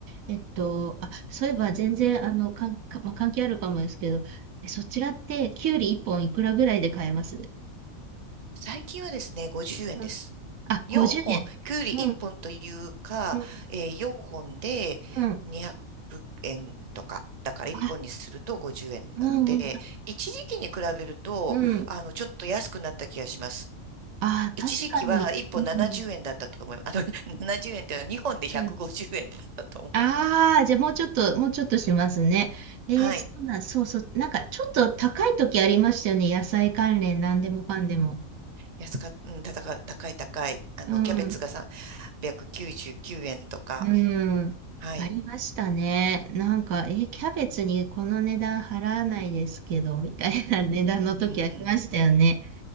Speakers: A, on the right; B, on the right.
A: えっと、あ、そういえば全然、あの、かん、かまあ、関係あるかもですけど、えそちらって、きゅうり1本いくらぐらいで買えます
B: 最近はですね、50円です。
A: うんあ、50円。
B: 4本、きゅうり1本というか、
A: うん、うん、
B: えー、4本で200円とか。
A: うん。
B: だから1本にすると50円なので、
A: あ、うん、うん、
B: 一時期に比べると、
A: うん。
B: あの、ちょっと安くなった気がします。
A: ああ、確かに。
B: 一時期は1本70円だったと思います。
A: うん。
B: あの、<laughs> 70円っていうのは2本で150円だったと思う。
A: うん。ああ、じゃあもうちょっと、もうちょっとしますね。えー、
B: はい。
A: そうなん、そうそう。なんかちょっと高い時ありましたよね。野菜関連、なんでもかんでも。
B: 安か、うん、たたか、高い高い。あの、
A: うん。
B: キャベツが399円とか。
A: うん。
B: はい。
A: ありましたね。なんか、えーキャベツにこの値段払わないですけど、みたいな <laughs> 値段の時ありましたよね。
B: うん。